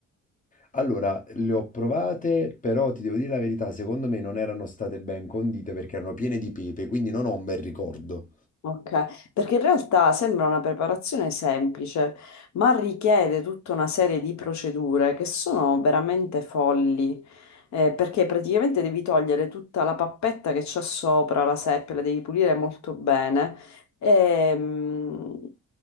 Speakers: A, on the left; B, on the left.
A: Allora, le ho provate, però ti devo dire la verità, secondo me non erano state ben condite perché erano piene di pepe, quindi non ho un bel ricordo.
B: Ok, perché in realtà sembra una preparazione semplice, ma richiede tutta una serie di procedure che sono veramente folli, eh, perché praticamente devi togliere tutta la pappetta che c'è sopra la seppia, la devi pulire molto bene e, mm,